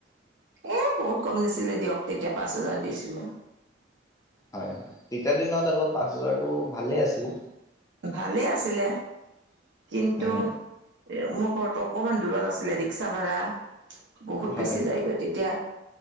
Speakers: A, on the right; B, on the left.
A: এই বহুত কম নিছিলে দিয়ক, তেতিয়া পাঁচ হোজাৰ দিছিলে।
B: হয়, হয়, তেতিয়াৰ দিনত আকৌ পাঁচ হাজাৰটো ভালে আছিল।
A: ভালেই আছিলে, কিন্তু
B: উম,
A: এ মোৰ ঘৰতো অকমান দূৰত আছিলে, ৰিক্সা ভাড়া বহুত
B: হয়।
A: বেছি যায়গৈ, তেতিয়া